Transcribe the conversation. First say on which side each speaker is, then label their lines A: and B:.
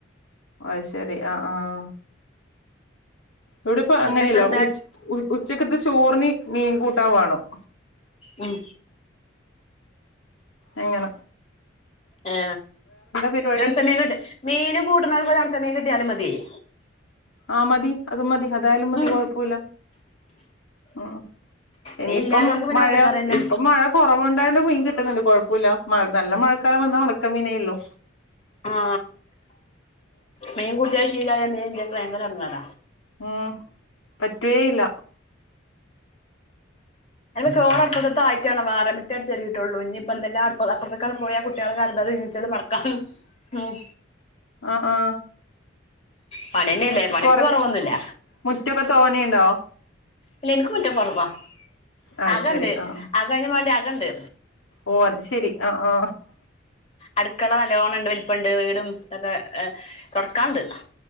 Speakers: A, on the left (about 90°); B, on the left (about 30°).
A: ഒ അയ്‌ശേരി ആഹ്, ആഹ്. ഇവിടെപ്പ
B: പിന്നെപ്പ
A: അങ്ങനെയല്ല
B: എന്താ
A: ഉ, ഉ ഉച്ചക്കത്ത് ചോറിന് മീൻ കൂട്ടാൻ വേണം.
B: ഉം.
A: എങ്ങന.
B: ഏ
A: പരിപാടി
B: രം തമീൻ കിട്ട മീന് കൂട്ടുന്നവർക്ക് ഓരൊണക്ക മീൻ കിട്ടിയാലും മതിയെ.
A: ആഹ് മതി, അതും മതി, അതായാലും മതി,
B: ഉം
A: കൊഴപ്പോല്ല. ഉം. ഇനീപ്പം
B: മീൻ ഇല്ലാതോർക്ക് പിന്നെ
A: മഴയ
B: പച്ചക്കറിന്നെ
A: ഇപ്പം മഴ കൊറവൊണ്ടായൊണ്ട് മീൻ കിട്ടുന്നുണ്ട് കുഴപ്പോല്ല. മഴ നല്ല മഴക്കാലം വന്ന ഒണക്ക മീനേള്ളു.
B: ആ മീൻകുട്ടിയായ ശീലായ മീൻല്ലെങ്കി ഭയങ്കര എടങ്ങേറ.
A: ഉം. പറ്റുവേയില്ല.
B: അ ചോറ് അപ്പുത്ത ആയിട്ടാണ് വേറെ മിറ്റടിച്ചൊരീട്ടുള്ളൂ ഇനി ഇപ്പോ എന്ധെല്ലാം അ അപ്പുറത്തക്കങ് പോയ കുട്ട്യാള് കെടന്നത് നീച്ചത് മട ക്കാം ഉം.
A: ആ, ആഹ്.
B: പണന്നെയല്ലേ പണിക്ക്
A: കൊറെ
B: കൊറവൊന്നുല്ല.
A: മുറ്റൊക്കെ തോനെണ്ടോ?
B: ഇല്ല എനക്ക് മുറ്റം കൊറവാ.
A: അത്
B: അകണ്ട്.
A: ശരി ആ
B: അക അയിന് വേണ്ടി അകണ്ട്.
A: ഓ അത് ശെരി. ആ, ആ.
B: അടുക്കള നല്ലോണംണ്ട്. വലിപണ്ട്. വീടും ഇതൊക്കെ തൊടക്കാണ്ട്.